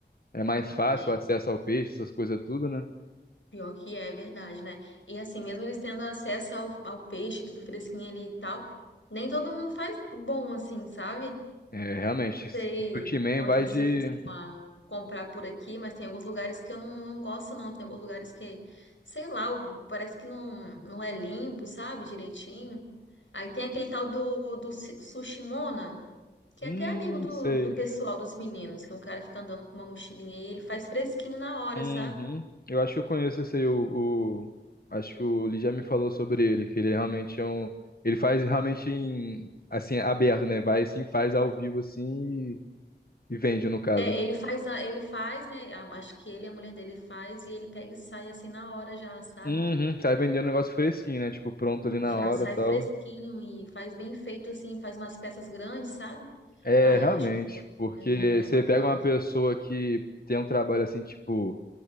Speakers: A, on the left; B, on the left.
A: é mais fácil
B: Tem.
A: o acesso ao peixe, essas coisas tudo, né?
B: Pior que é, é verdade, né? E assim, mesmo eles tendo acesso ao, ao peixe, tudo fresquinho ali e tal, nem todo mundo faz bom assim, sabe?
A: É, realmente, o
B: Sei
A: sushi man
B: onde
A: vai
B: você.
A: de.
B: comprar por aqui, mas tem alguns lugares que eu não, não gosto, não. Tem alguns lugares que, sei lá, o- parece que não, não é limpo, sabe, direitinho. Aí tem aquele tal do, do Su- Sushimona, que
A: Hum,
B: é até amigo do,
A: sei.
B: do pessoal, dos meninos, que um cara fica andando com uma mochilinha e ele faz fresquinho na hora,
A: Uhum.
B: sabe?
A: Eu acho que eu conheço esse aí, o, o- Acho que o Lee já me falou sobre ele, que ele realmente é um... Ele faz realmente em... assim, aberto, né? Vai assim, faz ao vivo assim e, e vende, no caso.
B: É,
A: né?
B: ele faz, a- ele faz, né? a- Acho que ele, e a mulher dele faz e ele pega e sai assim na hora já, sabe?
A: Uhum. Sai vendendo um negócio fresquinho, né? Tipo, pronto ali
B: Já
A: na hora
B: sai
A: e tal.
B: fresquinho e faz bem feito assim, faz umas peças grandes, sabe?
A: É,
B: Ah,
A: realmente,
B: eu acho muito bom.
A: porque
B: É,
A: você
B: é bacana.
A: pega uma pessoa que tem um trabalho assim, tipo...